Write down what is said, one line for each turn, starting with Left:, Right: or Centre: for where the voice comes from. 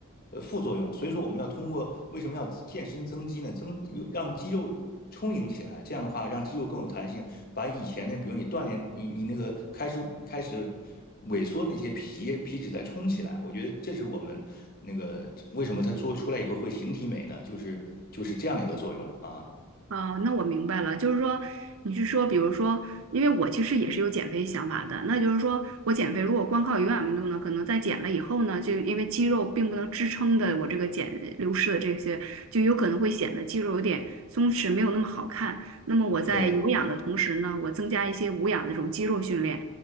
Left: 呃副作用。所以说，我们要通过为什么要健身增肌呢？增又让肌肉充盈起来，这样的话让肌肉更有弹性，把以前那比如你锻炼你你那个开始开始萎缩那些皮皮脂再充起来。我觉得这是我们那个为什么它做出来以后会形体美呢？就是就是这样的一个作用啊。
Right: 哦，那我明白了，就是说，你是说，比如说，因为我其实也是有减肥想法的，那就是说我减肥如果光靠有氧运动呢，可能在减了以后呢，就因为肌肉并不能支撑的我这个减流失的这些，就有可能会显得肌肉有点松弛，没有那么好看。那么我在有氧的同时呢，
Left: 对。
Right: 我增加一些无氧的这种肌肉训练。